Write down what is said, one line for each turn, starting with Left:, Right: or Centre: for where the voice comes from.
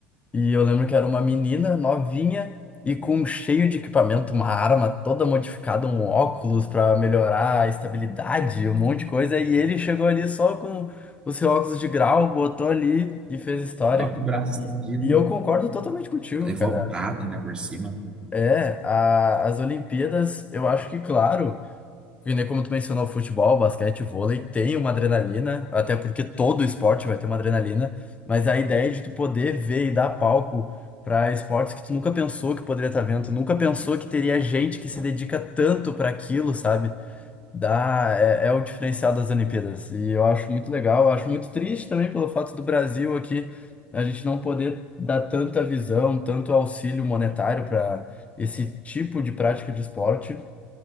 Left: E eu lembro que era uma menina novinha e com um cheio de equipamento, uma arma toda modificada, um óculos pra melhorar a estabilidade, um monte de coisa. E ele chegou ali só com o seu óculos de grau, botou ali e fez história.
Right: Só com o braço estendido.
Left: E e eu concordo totalmente contigo,
Right: Levou
Left: cara.
Right: a prata ainda por cima.
Left: É, a- as Olimpíadas, eu acho que, claro. Porque nem como tu mencionou, futebol, basquete, vôlei, tem uma adrenalina, até porque todo esporte vai ter uma adrenalina, mas a ideia de tu poder ver e dar palco para esportes que tu nunca pensou que poderia estar vendo, tu nunca pensou que teria gente que se dedica tanto para aquilo, sabe? Dá, é, é o diferencial das Olimpíadas. E eu acho muito legal, eu acho muito triste também pelo fato do Brasil aqui a gente não poder dar tanta visão, tanto auxílio monetário para esse tipo de prática de esporte